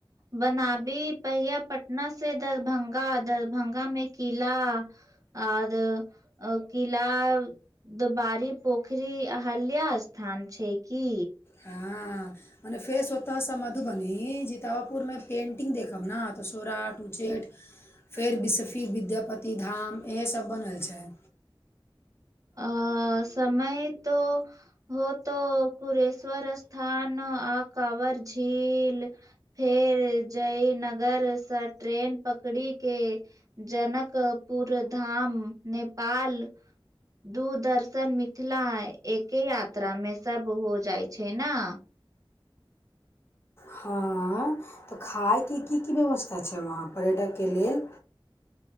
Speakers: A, on the right; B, on the left.
A: बनाबी पहिआ पटना से दरभंगा दरभंगा मे किला आर किला दबारी पोखरी हल्या स्थान छै की
B: हँ मने फेस होत है से मधुबनी जितावापुरमे पेन्टिंग देखब न त सौराठ उच्चैठ फेर बिसफी विद्यापति धाम इएहे सब बनल छैय
A: आ समय तो हो तो कुरेश्वर अस्थान न आ काँवर झील फेर जयनगरसँ ट्रेन पकड़ि के जनकपुर धाम नेपाल दूरदर्शन मिथिला एके यात्रा मे सब हो जाइ छै न
B: हँ त खायके की की व्यवस्था छै वहाँ पर्यटक के लेल